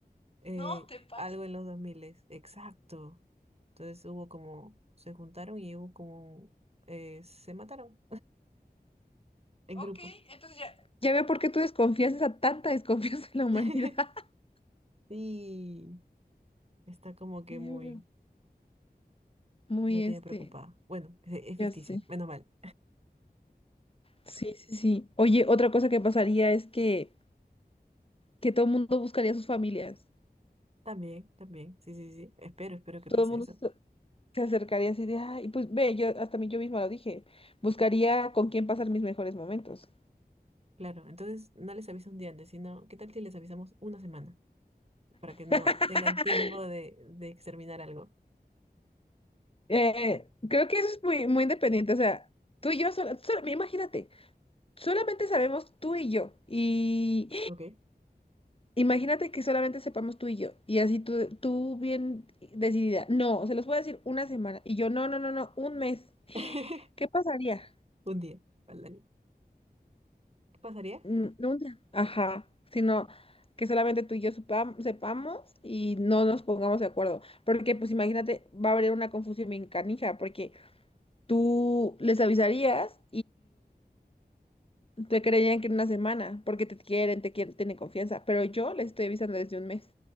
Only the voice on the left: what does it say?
No te pases.
Ok,
entonces ya. Ya veo por qué tú desconfías, esa tanta desconfianza en la humanidad.
<laughs>
Ya
veo. Muy
este,
ya sé.
Sí, sí, sí. Oye, otra cosa que pasaría es que, que todo el mundo buscaría a sus familias.
Todo
el mundo
se se acercaría así de, ay, pues ve, yo hasta mí yo misma lo dije. Buscaría con quién pasar mis mejores momentos.
<laughs>
Eh, creo que eso es muy, muy independiente. O sea, tú y yo solo, solo- imagínate. Solamente sabemos tú y yo. Y
imagínate que solamente sepamos tú y yo. Y así tú, tú bien decidida. No, se los puedo decir una semana. Y yo, no, no, no, no, un mes.
¿Qué pasaría?
Mm, no un día. Ajá. Sino que solamente tú y yo supam- sepamos y no nos pongamos de acuerdo. Porque, pues imagínate, va a haber una confusión bien canija, porque tú les avisarías Te creían que en una semana, porque te quieren, te quieren, tienen confianza, pero yo les estoy avisando desde un mes.